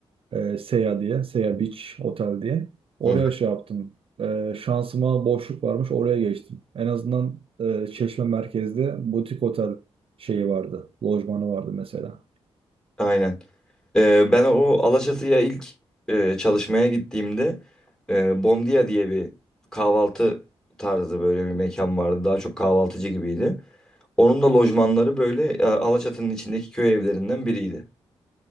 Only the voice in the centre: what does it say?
Hı.
Aynen. Ee, ben o Alaçatı'ya ilk e, çalışmaya gittiğimde e, Bomdia diye bir kahvaltı tarzı böyle bir mekan vardı. Daha çok kahvaltıcı gibiydi. Onun da lojmanları böyle e, Alaçatı'nın içindeki köy evlerinden biriydi.